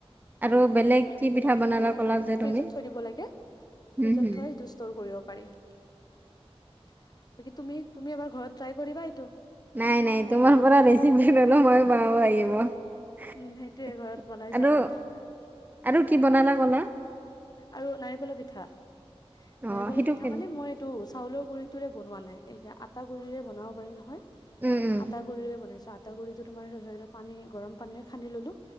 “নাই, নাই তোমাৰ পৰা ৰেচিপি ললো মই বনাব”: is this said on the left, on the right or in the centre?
Right